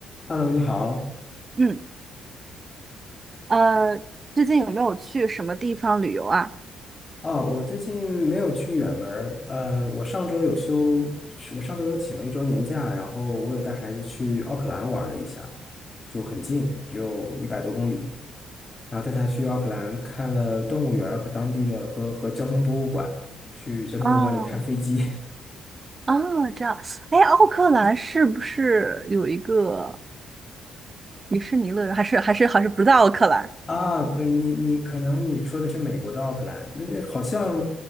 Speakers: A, on the left (about 25°); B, on the right (about 30°).
A: Hello，你好。
B: 嗯，呃，最近有没有去什么地方旅游啊？
A: 啊，我最近没有去远门儿，嗯，我上周有休，我上周有请了一周年假，然后我有带孩子去奥克兰玩了一下，就很近，只有一百多公里。然后带他去奥克兰看了动物园儿和当地的和和交通博物馆，去交通博物馆里看飞机，
B: 哦，哦，这样，哎，奥克兰是不是有一个迪士尼乐园？还是还是还是不在奥克兰？
A: 啊，不是你你可能你说的是美国的奥克兰，那那好像